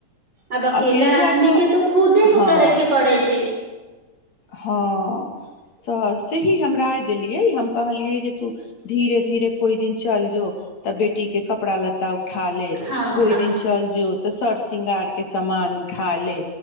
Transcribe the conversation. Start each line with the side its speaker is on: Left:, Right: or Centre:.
Right: आब अकेला
Left: अकेलुआ
Right: आदमी
Left: तऽ
Right: के खुदे प-
Left: हँ
Right: करे के पड़ै छै
Left: हँ तऽ त ही हम राय देलिये हम कहलिये जे तू धीरे धीरे कोई दिन चल जो तऽ बेटी के कपड़ा लत्ता उठा ले
Right: हँ
Left: कोई
Right: हँ
Left: दिन चल जो तऽ सरसृंगार के सामान उठा ले